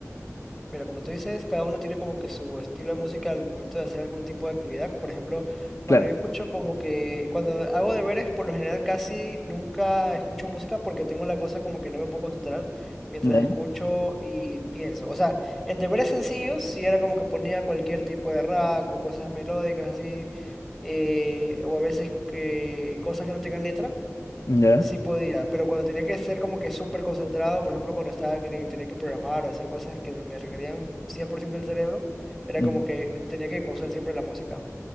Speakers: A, in the centre; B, on the left.
A: Mira, como tú dices, cada uno tiene como que su estilo de música al momento de hacer algún tipo de actividad. Por ejemplo, cuando
B: Claro.
A: yo escucho como que, cuando hago deberes, por lo general casi nunca escucho música porque tengo la cosa como que no me puedo concentrar mientras
B: Ya,
A: escucho y pienso. O sea, en deberes sencillos, si era como que ponía cualquier tipo de rack o cosas melódicas así, eh, o a veces eh, cosas que no tengan letra.
B: ya.
A: Sí podía, pero cuando tenía que ser como que súper concentrado, por ejemplo, cuando estaba que tenía tenía que programar o hacer cosas que me requerían 100% del cerebro, era
B: ujú,
A: como que tenía que pausar siempre la música.